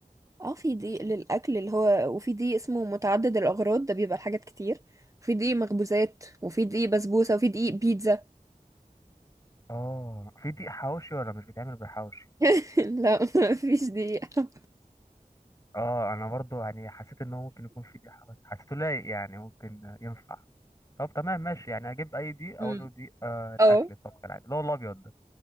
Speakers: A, on the right (about 20°); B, on the left (about 20°).
A: اه في دقيق للاكل اللي هو وفي دقيق اسمه متعدد الاغراض ده بيبقى لحاجات كتير وفي دقيق مخبوزات وفي دقيق بسبوسة وفي دقيق بيتزا
B: اه في دقيق حواوشي ولا مش بيتعمل بالحواوشي
A: <laughs> لا ما فيش دقيقة
B: اه انا برضو يعني حسيت ان هو ممكن يكون في دقيق حواوشي حسيته لايق يعني ممكن ينفع طب تمام ماشي يعني هجيب اي دقيق اقول
A: مم.
B: له دقيق آه الاكل
A: اه
B: الطبخ العادي اللي هو الابيض ده